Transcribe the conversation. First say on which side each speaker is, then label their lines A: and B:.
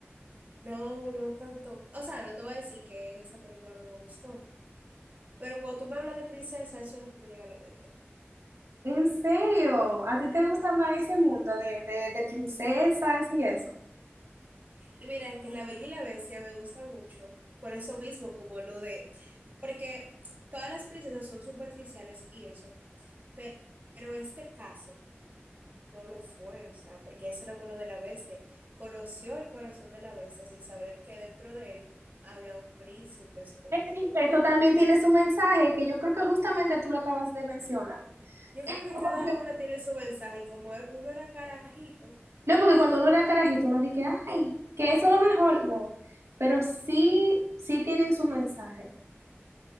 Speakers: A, on the right; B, on the right.
A: No, no tanto. O sea, no te voy a decir que esa película no me gustó, pero cuando tú me hablas de princesa, eso es lo que me llega a la mente.
B: ¿En serio? ¿A ti te gusta más ese mundo de, de, de princesas y eso?
A: Y mira, que La Bella y la Bestia me gusta mucho, por eso mismo, como lo de, porque todas las princesas son superficiales y eso, pe- pero, este caso no lo fue, o sea, porque ese era bueno de la bestia, conoció el corazón de la bestia sin saber que dentro de él había un príncipe escondido.
B: Ey, Eso también tiene su mensaje, que yo creo que justamente tú lo acabas de mencionar.
A: Yo
B: Es
A: creo que
B: como
A: cada
B: que-
A: una tiene su mensaje, como uno era carajito,
B: No, porque cuando uno era carajito, uno dice, ay, que eso es lo mejor. No, pero sí, sí tienen su mensaje.